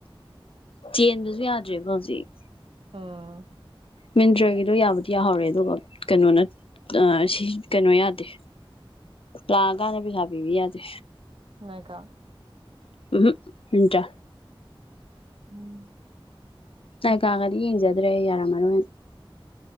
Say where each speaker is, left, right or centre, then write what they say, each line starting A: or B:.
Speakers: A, on the left; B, on the right.
A: ꯆꯦꯟꯗꯁꯨ ꯌꯥꯗ꯭ꯔꯦꯕ ꯍꯧꯖꯤꯛ
B: ꯑꯥ
A: ꯃꯤꯟꯗ꯭ꯔꯒꯤꯗꯣ ꯌꯥꯕꯨꯗꯤ ꯌꯥꯍꯧꯔꯦ ꯑꯗꯨꯒ ꯀꯩꯅꯣꯅ ꯁꯤ ꯀꯩꯅꯣ ꯌꯥꯗꯦ ꯂꯥꯛꯑꯀꯥꯟꯗ ꯄꯩꯁꯥ ꯄꯤꯕ ꯌꯥꯗꯦ
B: ꯉ ꯀ
A: ꯎꯝ ꯎꯇ
B: ꯎꯝ
A: ꯥꯏ ꯀꯥꯒꯗꯤ ꯌꯦꯡꯖꯗ꯭ꯔꯦ ꯌꯥꯔꯝꯃꯔꯣꯏ